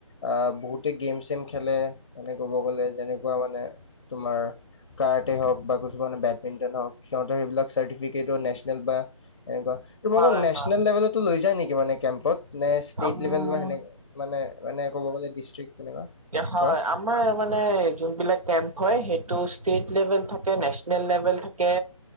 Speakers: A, on the left; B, on the right.
A: আহ বহুতে গেম চেম খেলে মানে ক'ব গ'লে যেনেকুৱা মানে তোমাৰ কাৰাটে হওঁক বা কিছুমানে বেডমিণ্টন হওঁক সিহঁতে সেইবিলাক চাৰ্টিফিকেটো নেচনেল বা এনেকুৱা তোমালোকৰ
B: হয়,
A: নেচনেল
B: হয়,
A: লেবেলটো লৈ যায় নেকি মানে কেম্পত? নে ষ্টেট
B: উম,
A: লেবেল বা সেনে মানে মানে ক'ব গ'লে ডিষ্ট্ৰিক্ট তেনেকুৱা
B: হয়,
A: কোৱা?
B: আমাৰ মানে যোনবিলাক কেম্প হয় সেইটো ষ্টেট লেবেল থাকে নেচনেল লেবেল থাকে।